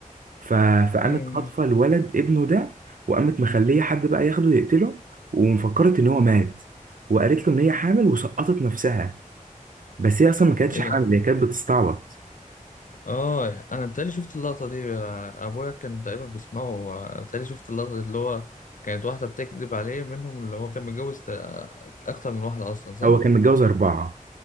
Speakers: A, on the right (about 75°); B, on the left (about 70°).
A: ف- فقامت
B: إيه.
A: خاطفة الولد ابنه ده وقامت مخليه حد بقى ياخده يقتله ومفكرت ان هو مات وقالت له ان هي حامل وسقطت نفسها بس هي اصلا ما كانتش
B: إيه.
A: حامل هي كانت بتستعبط
B: اه انا بتهيألي شفت اللقطه دي ابويا كان تقريبا بيسمعه بتهيألي شفت اللقطه دي اللي هو كانت واحده بتكذب عليه منهم اللي هو كان متجوز تق- اكتر من واحده اصلا صح
A: هو كان متجوز اربعة